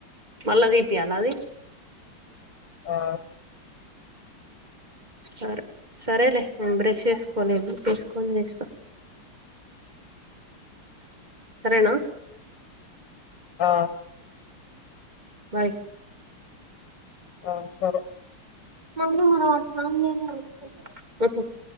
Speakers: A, on the right (about 20°); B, on the left (about 60°).
A: మళ్ళ తీపియ్యాల అది
B: ఆ
A: సరే సరేలే నేను బ్రష్ చేసుకోలేదు చేసుకొని చేస్తా సరేనా
B: ఆ
A: బాయ్
B: ఆ సరే
A: ఉహు